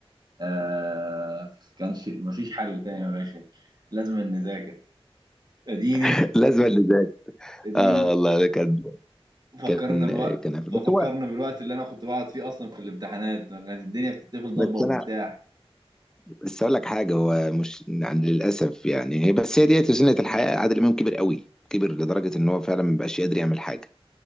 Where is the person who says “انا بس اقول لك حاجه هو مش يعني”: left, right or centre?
Centre